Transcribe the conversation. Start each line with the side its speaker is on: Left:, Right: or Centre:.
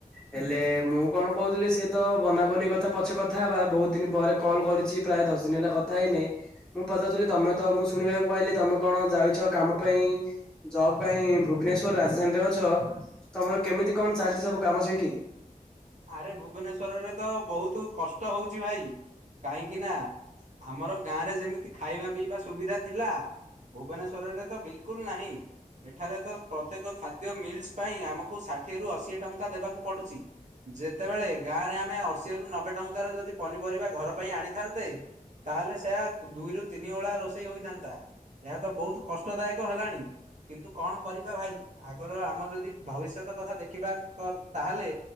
Centre: ହେଲେ ମୁଁ କଣ କହୁଥିଲି ସେ ତ ବନାବ ନି କଥା ପଛେ କଥା ହବା। ବହୁତ ଦିନ ପରେ କଲ୍ କରିଛି ପ୍ରାୟ ଦଶ ଦିନ ହେଲା କଥା ହେଇନି। ମୁଁ ପଚାରୁଥିଲି ତୋମେ ତ ମୁଁ ଶୁଣିବାକୁ ପାଇଲି, ତୋମେ କଣ ଯାଇଛ କାମ ପାଇଁ ଜବ୍ କାଇଁ ଭୁବନେଶ୍ଵର ରାଜ <unintelligible> ଅଛ, ତୋମର କେମିତି କଣ ଚାଲିଚି ସବୁ କାମ ସେଇଠି?
Right: ଆରେ ଭୁବନେଶ୍ଵରରେ ତ ବହୁତ କଷ୍ଟ ହଉଛି ଭାଇ। କାହିଁକି ନା ଆମର ଗାଁ ରେ ଯେମିତି ଖାଇବା ପିଇବା ସୁବିଧା ଥିଲା। ଭୁବନେଶ୍ଵରରେ ତ ବିଲକୁଲ ନାହିଁ। ଏଠାରେ ତ ପ୍ରତ୍ୟେକ ଖାଦ୍ୟ ମିଲ୍ସ ପାଇଁ ଆମକୁ ଷାଠିଏ ରୁ ଅଶୀଏ ଟଙ୍କା ଦେବାକୁ ପଡୁଚି। ଯେତେବେଳେ ଗାଁ ରେ ଆମେ ଅଶୀଏରୁ ନବେ ଟଙ୍କାର ଯଦି ପନିପରିବା ଘର ପାଇଁ ଆଣିଥାନ୍ତେ ତାହେଲେ ସେୟା ଦୁଇରୁୁ ତିନି ଓଳା ରୋଷେଇ ହୋଇଥାନ୍ତା। ଏହା ତ ବହୁତ କଷ୍ଟଦାୟକ ହେଲାଣି। କିନ୍ତୁ କଣ କରିବା ଭାଇ, ଆଗର ଆମ ଯଦି ଭବିଷ୍ୟତ କଥା ଦେଖିବା କ-ତାହେଲେ